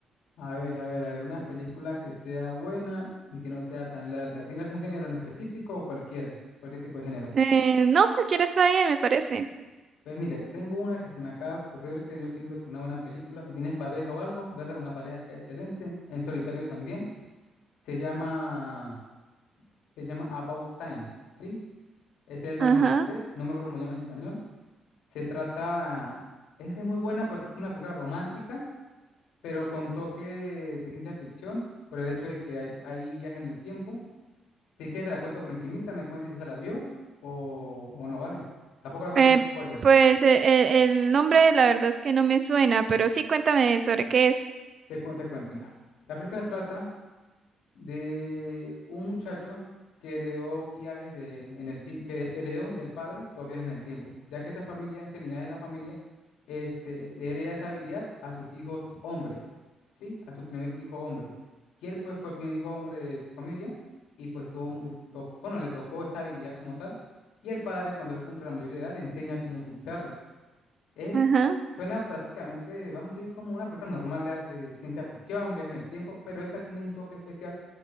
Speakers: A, on the left; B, on the right.
A: A ver, a ver, a ver, una película que sea buena y que no sea tan larga. ¿Tiene algún género en específico o cualquiera? Cualquier tipo de género.
B: Eh, no, cualquiera está bien, me parece.
A: Pues mire, tengo una que se me acaba de ocurrir que yo siento que una buena película, si tienes pareja o algo, verla con la pareja queda excelente, en solitario también. Se llama, se llama About Time, ¿sí? Ese es el nombre
B: Ajá.
A: en inglés, no me acuerdo cómo llama en español. Se trata, es que es muy buena porque es como una película romántica pero con toque de ciencia ficción, por el hecho de que hay, hay viaje en el tiempo. Si quieres, te la cuento por encimita, me cuentas si esa la vio o, o no, ¿vale? Tampoco le hago
B: Eh,
A: tanto spoiler.
B: pues eh, eh, el nombre la verdad es que no me suena, pero sí cuéntame sobre qué es.
A: Te cuento, te cuento, mira. La película se trata de un muchacho que heredó viajes de, en el, tie- que heredó del padre los viajes en el tiempo, ya que esa familia, ese linaje de la familia, este, le hereda esa habilidad a sus hijos hombres, ¿sí? A su primer hijo hombre. Y él, pues, fue el primer hijo hombre de su familia y, pues, tuvo, mu- to- bueno, le tocó esa habilidad como tal. Y el padre, cuando él cumple la mayoría de edad, le enseña cómo utilizarla. Es,
B: Ajá.
A: suena prácticamente, vamos a decir, como una película normal de, de ciencia ficción, viaje en el tiempo, pero esta tiene un toque especial